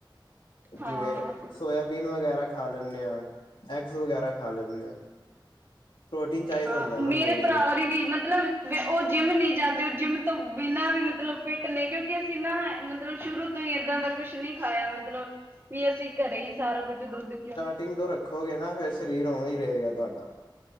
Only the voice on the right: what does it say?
ਹਾਂ
ਹਾਂ
ਮੇਰੇ
ਭਰਾ
ਦੀ ਵੀ ਮਤਲਬ ਉਹ ਜਿੰਮ ਨਹੀਂ ਜਾਂਦੇ ਉਹ ਜਿੰਮ ਤੋਂ ਬਿਨਾਂ ਵੀ ਮਤਲਬ ਫਿੱਟ ਨੇ ਕਿਉਂਕਿ ਅਸੀਂ ਨਾ ਮਤਲਬ ਸ਼ੁਰੂ ਤੋਂ ਸ਼ੁਰੂ ਤੋਂ ਹੀ ਏਦਾਂ ਦਾ ਕੁਛ ਨੀ ਖਾਇਆ ਮਤਲਬ ਵੀ ਅਸੀਂ ਘਰੇ ਹੀ ਸਾਰਾ ਕੁੱਝ ਦੁੱਧ ਘਿਉਂ